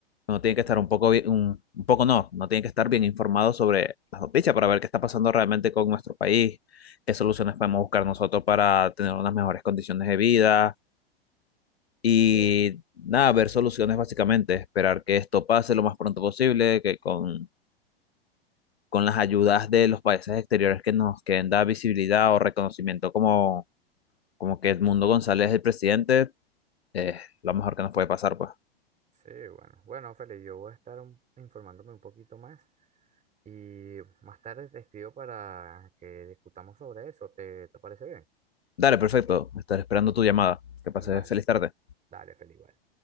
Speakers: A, on the left (about 85°); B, on the right (about 25°).
A: Uno tiene que estar
B: Mm,
A: un poco bien, un, un poco no, no tiene que estar bien informado sobre las noticias para ver qué está pasando realmente con nuestro país, qué soluciones podemos buscar nosotros para tener unas mejores condiciones de vida y
B: Sí,
A: nada, ver soluciones básicamente, esperar que esto pase lo más pronto posible, que con, con las ayudas de los países exteriores que nos quieren dar visibilidad o reconocimiento como, como que Edmundo González es el presidente, es lo mejor que nos puede pasar, pues.
B: sí, bueno. Bueno, Feli, yo voy a estar un- informándome un poquito más y más tarde te escribo para que discutamos sobre eso. ¿Te, te parece bien?
A: Dale, perfecto. Estaré esperando tu llamada. Que pases
B: Dale,
A: feliz tarde.
B: dale, Feli, vale.